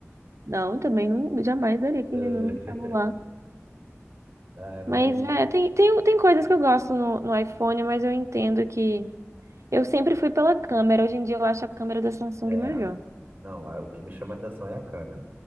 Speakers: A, on the right; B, on the right.
A: Não, também não, jamais daria
B: <laughs>
A: 15 mil num celular.
B: Eh, ah, mas,
A: Mas, é, tem, tem, tem coisas que eu gosto no, no iPhone, mas eu entendo que. Eu sempre fui pela câmera. Hoje em dia eu acho a câmera da Samsung
B: é.
A: melhor.
B: Não, ah, o que me chama a atenção é a câmera.